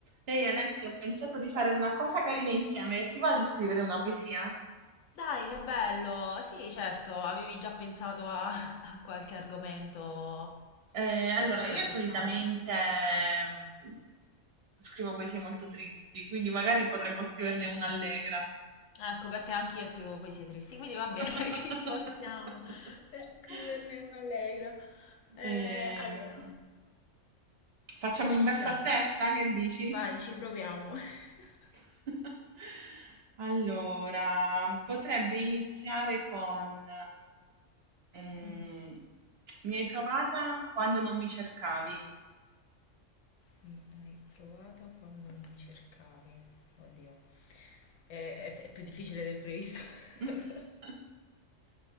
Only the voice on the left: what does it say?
Dai, che bello! Sì, certo, avevi già pensato a, <laughs> a qualche argomento
eh, da
trattare?
Benissimo.
Ecco, perché anche io scrivo poesie tristi, quindi va bene,
<laughs> ci sforziamo per scriverne una allegra. Eh,
allora,
come
iniziamo?
Vai, ci proviamo. <laughs>
Mm,
Mi hai trovata quando non mi cercavi. Oddio, è, è- è più difficile del previsto. <laughs>